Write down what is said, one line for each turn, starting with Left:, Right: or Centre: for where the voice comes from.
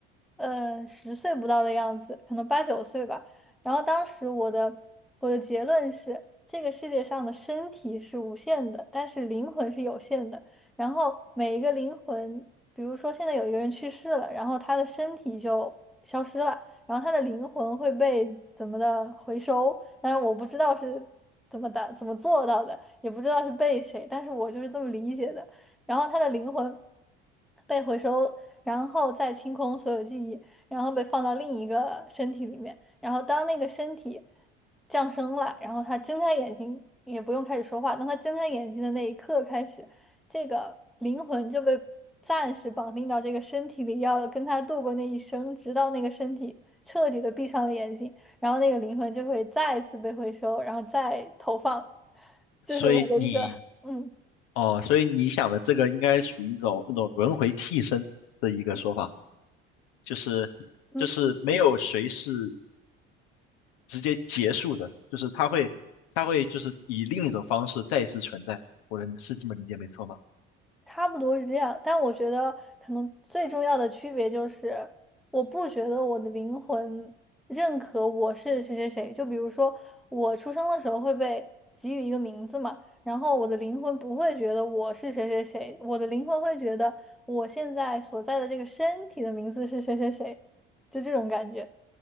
Centre: 呃十岁不到的样子，可能八九岁吧。然后当时我的我的结论是，这个世界上的身体是无限的，但是灵魂是有限的。然后每一个灵魂，比如说现在有一个人去世了，然后他的身体就消失了。然后他的灵魂会被怎么的回收，但是我不知道是怎么的怎么做到的，也不知道是被谁，但是我就是这么理解的。然后他的灵魂被回收，然后再清空所有记忆，然后被放到另一个身体里面，然后当那个身体降生了，然后他睁开眼睛，也不用开始说话，当他睁开眼睛的那一刻开始。这个灵魂就被暂时绑定到这个身体里，要跟他度过那一生，直到那个身体彻底的闭上了眼睛，然后那个灵魂就会再次被回收，然后再投放。这是我的一个，
Left: 所以你
Centre: 嗯
Left: 哦，所以你想的这个应该属于一种那种轮回替身的一个说法，就是就是没有谁是
Centre: 嗯，
Left: 直接结束的，就是他会他会就是以另一种方式再一次存在。我能是这么理解没错吗？
Centre: 差不多是这样。但我觉得可能最重要的区别就是，我不觉得我的灵魂认可我是谁谁谁。就比如说，我出生的时候会被给予一个名字嘛，然后我的灵魂不会觉得我是谁谁谁，我的灵魂会觉得我现在所在的这个身体的名字是谁谁谁，就这种感觉。